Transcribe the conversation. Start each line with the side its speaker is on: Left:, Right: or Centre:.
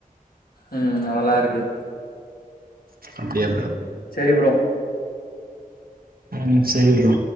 Left: உம் அதெல்லா இருக்கு
Right: அப்டியா
Left: சரி ப்ரோ
Right: உம் சரிப்பா